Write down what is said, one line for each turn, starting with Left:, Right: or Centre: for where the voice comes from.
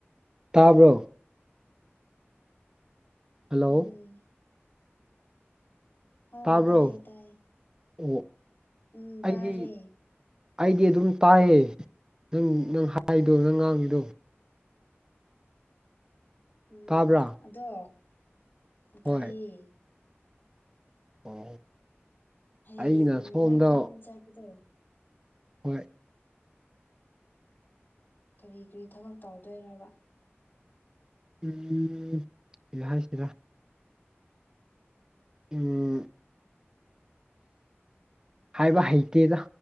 Right: ꯇꯥꯕ꯭ꯔꯣ ꯍꯜꯂꯣ
Left: ꯎꯝ ꯍꯧ
Right: ꯇꯥꯕ꯭ꯔꯣ
Left: ꯇꯥꯏꯌꯦ ꯇꯥꯏꯌꯦ
Right: ꯑꯣ
Left: ꯎꯝ
Right: ꯑꯩꯗꯤ
Left: ꯇꯥꯔꯦ
Right: ꯑꯩꯗꯤ ꯑꯗꯨꯝ ꯇꯥꯏꯌꯦ ꯅꯪ ꯅꯪ ꯍꯥꯏꯗꯣ ꯅꯪ ꯉꯥꯡꯉꯤꯗꯣ
Left: ꯎꯝ
Right: ꯇꯥꯕ꯭ꯔꯥ
Left: ꯑꯗꯣ ꯇꯥꯏꯌꯦ
Right: ꯍꯣꯏ ꯑꯣ
Left: ꯍꯌꯦꯡ
Right: ꯑꯩꯅ ꯁꯣꯝꯗ
Left: ꯅꯣꯏ ꯐꯥꯝ ꯆꯠꯄꯗꯣ
Right: ꯍꯣꯏ
Left: ꯀꯔꯤ ꯀꯔꯤ ꯊꯕꯛ ꯇꯧꯗꯣꯏꯔꯕ
Right: ꯎꯝ ꯀꯔꯤ ꯍꯥꯏꯁꯤꯔ ꯎꯝ ꯍꯥꯏꯕ ꯍꯩꯇꯦꯗ